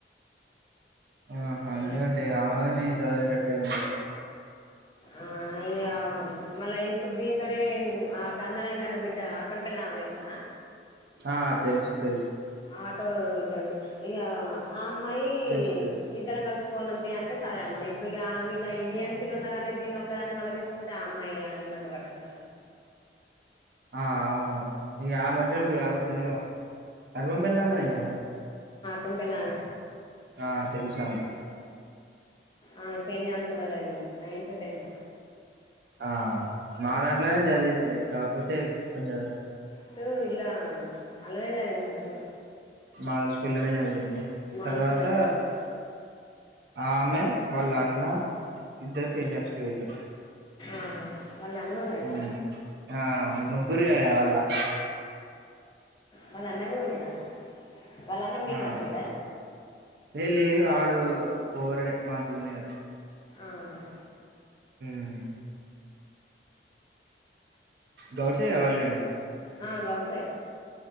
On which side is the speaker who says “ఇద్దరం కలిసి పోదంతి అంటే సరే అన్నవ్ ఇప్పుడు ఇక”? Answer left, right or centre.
Left